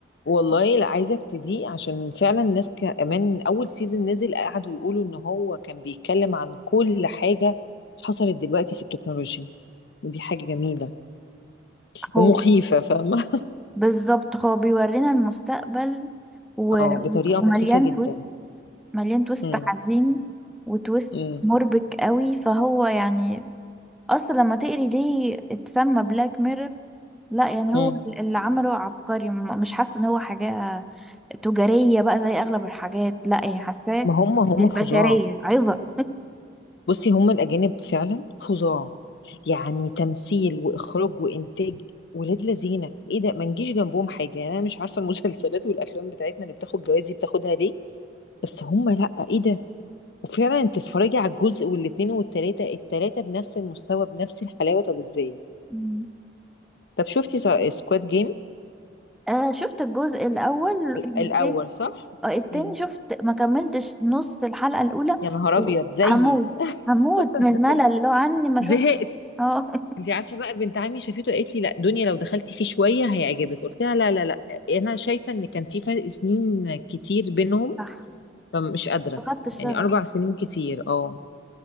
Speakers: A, on the left; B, in the centre.
A: والله لا عايزه ابتديه عشان فعلا الناس كمان اول سيزون نزل قعدوا يقولوا ان هو كان بيتكلم عن كل حاجه حصلت دلوقتي في التكنولوجيا ودي حاجه جميله
B: هو
A: ومخيفه فاهمه
B: بالظبط هو بيورينا المستقبل
A: <laughs>
B: و-
A: اه بطريقه
B: ومليان
A: مخيفه جدا
B: تويست مليان تويست
A: امم
B: حزين وتويست
A: امم
B: مربك قوي فهو يعني اصلا لما تقري ليه اتسمى بلاك ميرور لا يعني
A: امم
B: هو اللي عمله عبقري م- مش حاسه ان هو حاجه تجاريه بقى زي اغلب الحاجات لا يعني حاساه
A: ما هم هم
B: للبشريه
A: فظاع
B: عظه
A: بصي هم الاجانب فعلا فظاع يعني تمثيل واخراج وانتاج ولاد لذينه ايه ده ما نجيش جنبهم حاجه يعني انا مش عارفه المسلسلات والافلام بتاعتنا اللي بتاخد جوائز دي بتاخدها ليه بس هم لا ايه ده وفعلا انت تتفرجي على الجزء والاتنين والتلاتة التلاتة بنفس المستوى بنفس الحلاوة طب ازاي
B: مم.
A: طب شفتي سكواد جيم
B: آه شفت الجزء الأول التاني
A: الاول صح
B: آه التاني
A: مم.
B: شفت ما كملتش نص الحلقة الأولى
A: يا نهار ابيض زيي
B: هموت
A: <laughs>
B: هموت من الملل
A: زي-
B: لو عني ما أشوف
A: زهقت
B: اه <laughs>
A: انت عارفه بقى بنت عمي شافته قالت لي لا دنيا لو دخلتي فيه شويه هيعجبك قلت لها لا لا لا انا شايفه ان كان في فرق سنين كتير بينهم
B: صح
A: فمش قادره
B: فقدت الشغف
A: يعني اربع سنين كتير اه